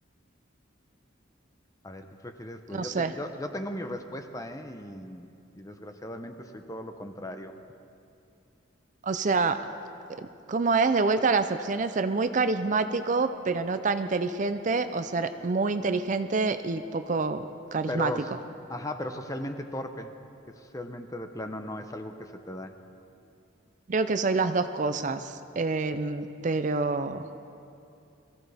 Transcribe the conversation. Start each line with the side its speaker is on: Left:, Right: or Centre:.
Left: A ver, ¿qué prefieres tú?
Right: no
Left: Yo,
Right: sé.
Left: te- yo, yo tengo mi respuesta, ¿eh? Y, y desgraciadamente soy todo lo contrario.
Right: O sea, ¿cómo es de vuelta a las opciones? Ser muy carismático, pero no tan inteligente, o ser muy inteligente y poco carismático.
Left: Pero, s- ajá, pero socialmente torpe, que socialmente de plano no es algo que se te da.
Right: Creo que soy las dos cosas, em, pero...